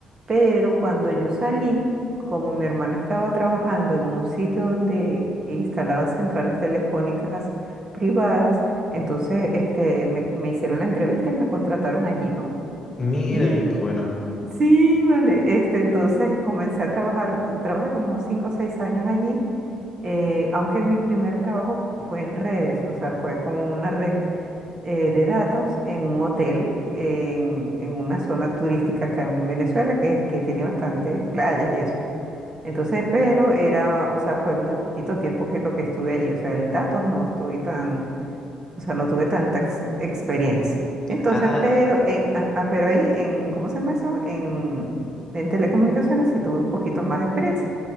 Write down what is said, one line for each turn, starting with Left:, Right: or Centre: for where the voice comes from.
Right: Pero cuando yo salí, como mi hermana estaba trabajando en un sitio donde instalaban centrales telefónicas privadas, entonces este, me, me hicieron la entrevista y me contrataron allí, ¿no?
Left: mira,
Right: Y
Left: qué,
Right: cu-
Left: qué bueno.
Right: sí, vale, este, entonces comencé a trabajar, trabajé como cinco o seis años allí, eh, aunque mi primer trabajo fue en redes, o sea, fue con una red eh, de datos en un hotel en, en una zona turística acá en Venezuela que, es- que tiene bastantes playas y eso. Entonces, pero era, o sea, fue muy poquito tiempo que lo que estuve allí. O sea, en datos no estoy tan, o sea, no tuve tanta ex- experiencia. Entonces,
Left: Ah,
Right: pero,
Left: ah,
Right: en- ah, ah, pero ahí en, ¿cómo se llama eso? En, en telecomunicaciones sí tuve un poquito más de experiencia.